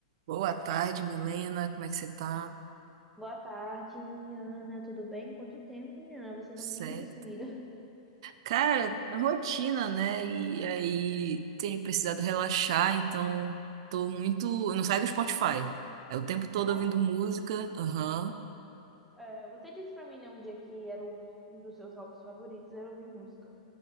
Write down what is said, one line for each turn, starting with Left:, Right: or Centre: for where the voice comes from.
Right: Boa tarde, Milena. Como é que você tá?
Centre: Boa tarde, Ana. Tudo bem? Quanto tempo, menina? Você
Right: Tudo
Centre: tá
Right: Certo.
Centre: muito sumida.
Right: Cara, na rotina, né? E aí tenho precisado relaxar, então tô muito. Eu não saio do Spotify. É o tempo todo
Centre: Nossa,
Right: ouvindo música. Aham.
Centre: é, você disse pra mim, né, um dia que era o- um dos seus hobbies favoritos, era ouvir música.